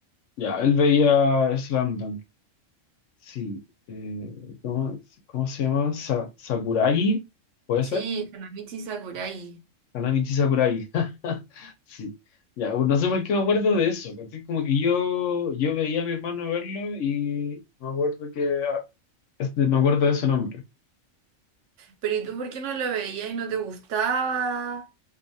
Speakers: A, on the left (about 70°); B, on the right (about 70°).
A: Ya, él veía Slam Dunk. Sí. eh, ¿cómo, cómo se llama? Sa- Sakuragi, ¿puede
B: Sí,
A: ser?
B: Hanamichi Sakurai.
A: Kanamichi Sakurai. <laughs> Sí. Ya, bueno, no sé por qué me acuerdo de eso. ¿cachai? Como que yo, yo veía a mi hermano verlo y me acuerdo que ah, este, me acuerdo de ese nombre.
B: Pero ¿y tú por qué no lo veías y no te gustaba?